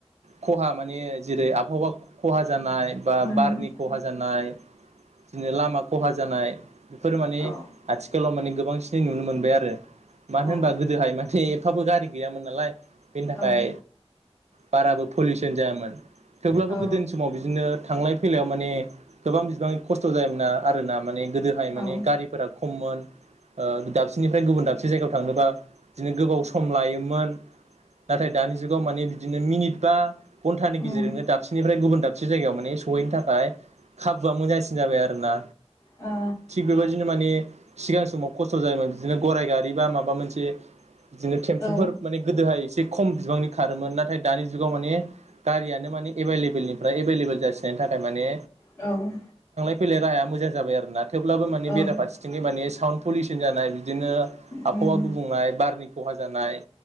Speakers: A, on the right (about 80°); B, on the left (about 25°).
A: खहा मान जेरै आबहावा खहा जानाय बा
B: उम
A: बारनि खहा जानाय बिदिनो लामा खहा जानाय बेफोरो माने
B: औ
A: आथिखालाव माने गोबांसिनै नुनो मोनबाय आरो मानो
B: औ
A: होनबा गोदोहाय मानसि एसे एफाबो गारि गैयामोन नालाय बेनि थाखाय
B: औ
A: बाराबो पलिउसन जायामोन थेवब्लाबो
B: औ
A: गोदोनि समाव बिदिनो थांलाय फैलायाव माने गोबां बिबां खस्थ' जायोमोना आरोना माने गोदोहाय
B: औ
A: माने गारिफोरा खममोन दाबसेनिफ्राय गुबुन दाबसे जायगायाव थांनोबा बिदिनो गोबाव सम लायोमोन नाथाय दानि जुगाव माने बिदिनो मिनिट बा घन्टानि
B: उम
A: गेजेरजोंनो दाबसेनिफ्राय गुबुन दाबसे जायगायाव माने सहैनो थाखाय खाबुआ मोजांसिन जाबाय आरोना
B: ओ
A: थिग बेबायदिनो माने सिगां समाव खस्थ' जायोमोन बिदिनो गराइ गारि बा माबा मोनसे बिदिनो थेम्फुफोर
B: औ
A: माने गोदोहाय एसे खम बिबांनि खारोमोन नाथाय दानि जुगाव माने गारियानो माने एभलेबलनिफ्राय एभलेबल जासिनायनि थाखाय थारमाने
B: औ
A: फैलाय राया मोजां जाय आरोना थेवब्लाबो माने
B: औ
A: बेराफारथिं माने साउन्ड पलिउसन जानाय बिदिनो
B: उम
A: आबहावा गुबुंनाय बारनि खहा जानाय